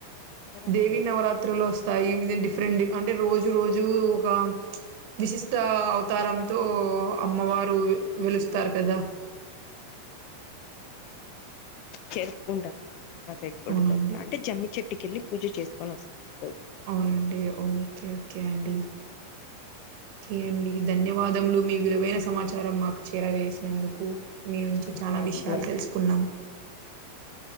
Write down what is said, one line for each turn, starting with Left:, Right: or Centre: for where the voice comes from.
Left: దసరా
Right: దేవి
Left: చేస్తారు
Right: నవరాత్రులోస్ స్థాయి ద్ డిఫరెంట్ డ్ అంటే రోజు రోజు ఒక విశిష్ట అవతారంతో అమ్మవారు వెలుస్తారు కదా
Left: చేసుకుంటారండి మా సైడ్ కూడా
Right: అవునా
Left: దసర
Right: అండి?
Left: అంటే జమ్మి చెట్టుకేళ్ళి పూజ చేసుకొనోస్తారు ఆ రోజు
Right: అవునండి ఓకే ఓకే అండి ఓకే అండి ధన్యవాదములు మీ విలువైన సమాచారం మాకు చేరవేసినందుకు మీ నుంచి
Left: ధన్యవాదములండి
Right: చాలా విషయాలు తెలుసుకున్నాం